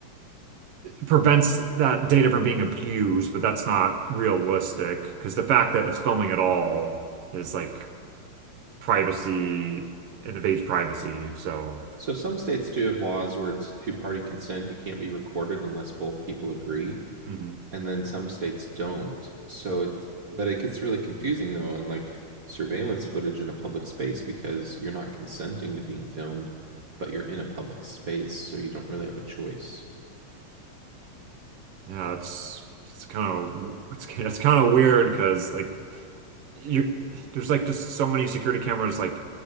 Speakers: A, on the right; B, on the right.
A: prevents that data from being abused, but that's not realistic because the fact that it's filming at all is like privacy, it invades privacy. So
B: So some states do have laws where it's two-party consent. You can't be recorded unless both people agree,
A: mhm.
B: and then some states don't. So it's, but it gets really confusing though, on like surveillance footage in a public space because you're not consenting to being filmed, but you're in a public space, so you don't really have a choice.
A: Yeah, it's it's kind of it's <laughs> it's kind of weird because like you there's like just so many security cameras like